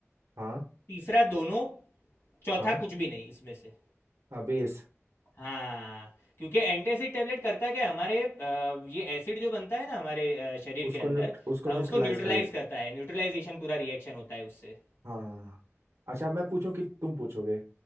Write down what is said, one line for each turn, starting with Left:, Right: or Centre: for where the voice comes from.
Right: हाँ
Left: तीसरा दोनों चौथा
Right: हाँ
Left: कुछ भी नहीं इसमें से
Right: बेस
Left: हाँ क्योंकि एंटासिड टेबलेट करता क्या है हमारे अ, ये एसिड जो बनता है ना हमारे अ, शरीर
Right: उसको
Left: के अंदर
Right: न्यूट, उसको
Left: अ,
Right: न्यूट्रलाइज
Left: उसको न्यूट्रलाइज
Right: कर देता
Left: करता है न्यूट्रलाइजेशन पूरा रिएक्शन होता है उससे
Right: हाँ हाँ हाँ अच्छा मैं पूछूं कि तुम पूछोगे